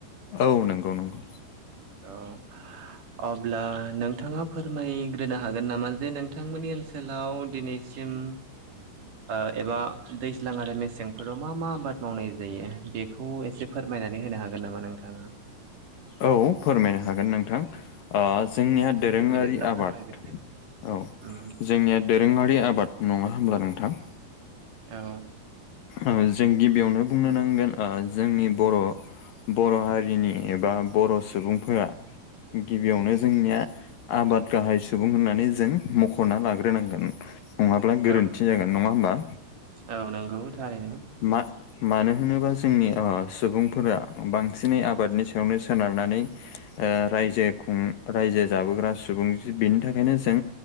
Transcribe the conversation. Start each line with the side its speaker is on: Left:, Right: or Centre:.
Left: औ नंगौ नंगौ।
Right: औ अब्ला नोंथाङा फोरमायग्रोनो हागोन नामा जे नोंथांमोननि ओनसोलाव दिनै सिम ओ एबा दैज्लां आरो मेसेंफोराव मा मा आबाद मावनाय जायो बे खौ एसे फोरमायनानै होनो हागोन नामा नोंथाङा?
Left: औ फोरमायनो हागोन नोंथां। ओ जोंनिया दोरोङारि
Right: दे बिदिब्ला
Left: आबाद
Right: फोरमायग्रोदो।
Left: औ।
Right: उम
Left: जोंनिया दोरोङारि आबाद नङा होमब्ला नोंथां?
Right: औ।
Left: ओ जों गिबियावनो बुंनो नांगोन ओ जोंनि बर' बर' हारिनि एबा बर' सुबुंफोरा गिबियावनो जोंनिया आबाद गाहाय सुबुं होननानै जों मख'ना लाग्रोनांगोन। नङाब्ला गोरोन्थि
Right: औ
Left: जागोन नङा होमबा!
Right: औ नोंगौ थारैनो।
Left: मा-मानो होनोबा जोंनि ओ सुबुंफोरा बां सिनै आबादनि सायावनो सोनारनानै ओ रायजो उम रायजो जाबोग्रा सुबुं जि बेनि थाखायनो जों